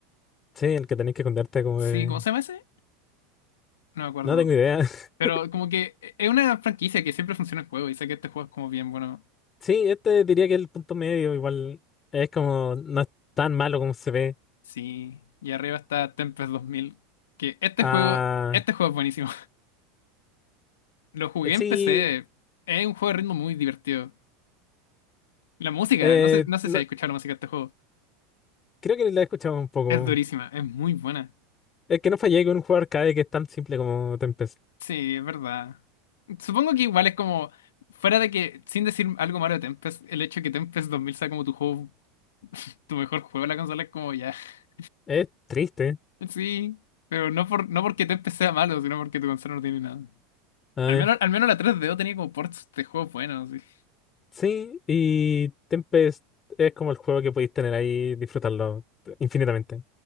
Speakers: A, on the left; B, on the left.
A: Sí, el que tenéis que esconderte como
B: Sí,
A: de...
B: ¿cómo se llama ese? No me acuerdo.
A: No tengo idea. <laughs>
B: Pero como que e, es una franquicia que siempre funciona en juego y sé que este juego es como bien bueno.
A: Sí, este diría que es el punto medio igual es como no es tan malo como se ve.
B: Sí, y arriba está Tempest 2000, que este
A: Ah,
B: juego, este juego es buenísimo. Lo jugué
A: sí,
B: en PC. Es un juego de ritmo muy divertido. La música,
A: eh,
B: no sé, no sé
A: no-
B: si has escuchado la música de este juego.
A: creo que la he escuchado un poco.
B: Es durísima, es muy buena.
A: Es que no fallé con un juego arcade que es tan simple como Tempest.
B: Sí, es verdad. Supongo que igual es como, fuera de que, sin decir algo malo de Tempest, el hecho de que Tempest 2000 sea como tu juego, tu mejor juego de la consola es como ya. <laughs>
A: Es triste.
B: Sí, pero no por, no porque Tempest sea malo, sino porque tu consola no tiene nada.
A: A ver.
B: Al menos, al menos la tres D o tenía como ports de juegos buenos. sí.
A: Sí, y Tempest es como el juego que podéis tener ahí, disfrutarlo infinitamente.